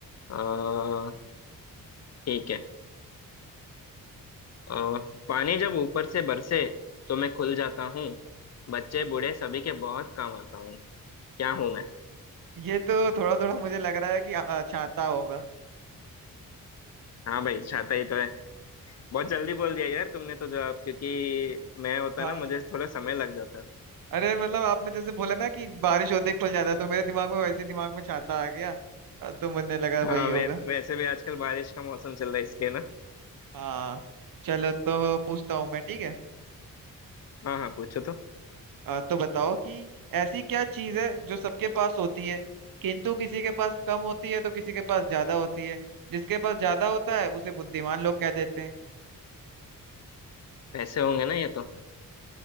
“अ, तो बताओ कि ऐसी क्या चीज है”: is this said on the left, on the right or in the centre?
Right